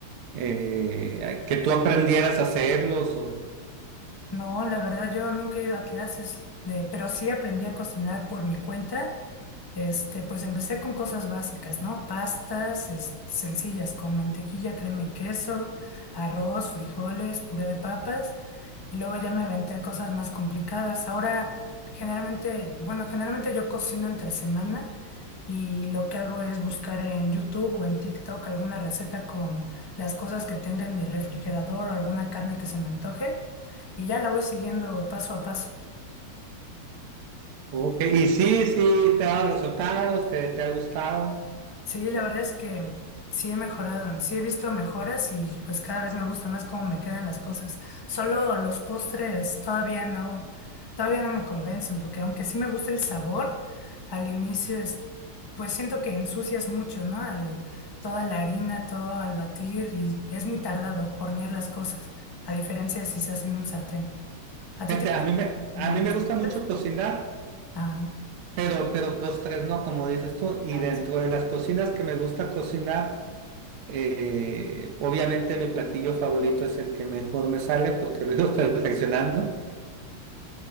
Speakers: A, on the right; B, on the left.
A: eh, que tú aprendieras a hacerlos o
B: No, la verdad, yo nunca he ido a clases, de, pero sí aprendí a cocinar por mi cuenta Este, pues empecé con cosas básicas, ¿no? Pastas, es- sencillas, con mantequilla, crema y queso, arroz, frijoles, puré de papas, y luego ya me aventé a cosas más complicadas. Ahora, generalmente, bueno, generalmente yo cocino entre semana y lo que hago es buscar en YouTube o en TikTok alguna receta con las cosas que tenga en mi refrigerador o alguna carne que se me antoje, y ya la voy siguiendo paso a paso.
A: Ok, Y sí, sí, te ha dado resultados, te, te ha gustado.
B: Sí, la verdad es que sí he mejorado, sí he visto mejoras y pues cada vez me gusta más cómo me quedan las cosas. Solo los postres todavía no, todavía no me convencen, porque aunque sí me gusta el sabor, al inicio es, pues siento que ensucias mucho, ¿no? Al- toda la harina, todo al batir y es muy tardado hornear las cosas, a diferencia de si se hace en un sartén. ¿A ti
A: Fíjate,
B: te gustan
A: a mí me, a
B: los
A: mí me gusta
B: postres?
A: mucho cocinar,
B: Ah,
A: pero, pero postres no, como dices tú. Y
B: ah,
A: dentro de las cocinas que me gusta cocinar, eh, obviamente mi platillo favorito es el que mejor me sale porque lo he ido <laughs> perfeccionando.